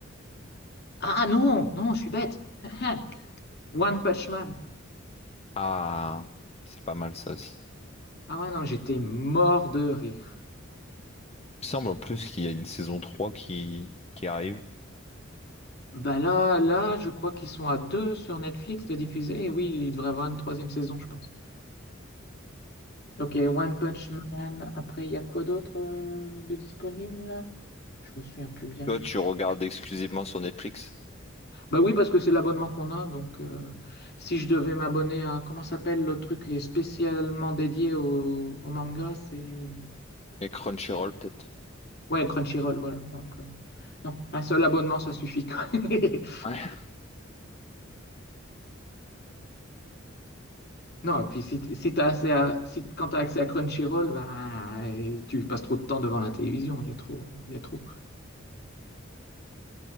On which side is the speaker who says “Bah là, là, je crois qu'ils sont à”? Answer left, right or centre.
Left